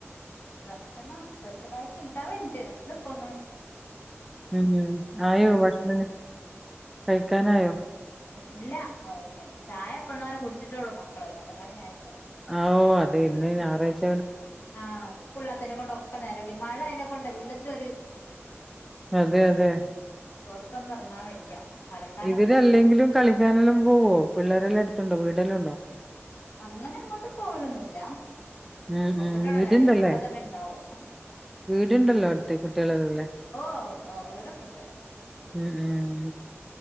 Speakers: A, on the left; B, in the centre.
A: ഭക്ഷണം സ്പെഷ്യലായിട്ട് ഇണ്ടാവി ണ്ട് ഇന്നിപ്പൊന്നും
B: ഉ ആയോ ഭക്ഷണം കഴിക്കാനായോ
A: ഇല്ല ചായ എപ്പള്ളന്നാരെ കുടിച്ചിട്ടു ള്ളൂ മക്കളെ പന്ത്രണ്ടണി ആയില്ല
B: ആവോ അതെ ഇന്ന് ഞാറാഴ്ച്ച
A: ആ സ്കൂളിനാകാത്തേനെകൊണ്ടൊക്കെ നേരായി മഴ അതിനെ കൊണ്ട് എല്ലാത്തിനും ഒരു
B: അതെ അതെ
A: പോറത്തോന്നെറങ്ങാൻ വയ്യ അലക്കാനൊന്നും
B: ഇവരല്ലെങ്കിലും
A: എറങ്ങാൻ വയ്യ
B: കളിക്കാനെല്ലാം പോവോ പിള്ളേരെല്ലാം അ ടുത്തുണ്ടോ വീടെല്ലാം ഉണ്ടോ
A: അങ്ങനെ അങ്ങോട്ട് പോവലൊന്നുമല്ല
B: ഉം
A: പെങ്കുട്ടികളല്ലേ
B: ഉം വീടുണ്ടല്ലേ
A: അയോണ്ടെ ഇവിടെ തന്നുണ്ടാവും
B: വീടുണ്ടല്ലോ അടുത്ത് കുട്ടികളെല്ലാം ഇല്ലേ
A: ഓ വീടൊക്കൊണ്ട്
B: ഉം ഉം ഉ